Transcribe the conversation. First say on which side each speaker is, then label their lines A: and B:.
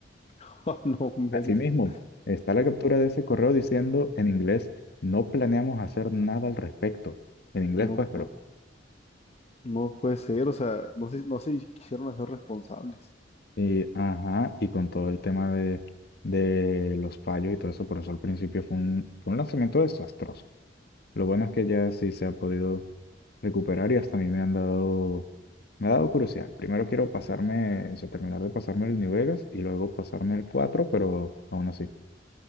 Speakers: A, on the left; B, on the left.
A: <laughs> Ah, No inventes.
B: Asimismo, está la captura de ese correo diciendo en inglés, no planeamos hacer nada al respecto. En inglés,
A: No,
B: pues, pero...
A: no, no puede ser. O sea, no se, no se quisieron hacer responsables.
B: Y, ajá, y con todo el tema de, de los fallos y todo eso, por eso al principio fue un, fue un lanzamiento desastroso. Lo bueno es que ya sí se ha podido recuperar y hasta a mí me han dado, me ha dado curiosidad. Primero quiero pasarme, o sea, terminar de pasarme el New Vegas y luego pasarme el cuatro pero aún así.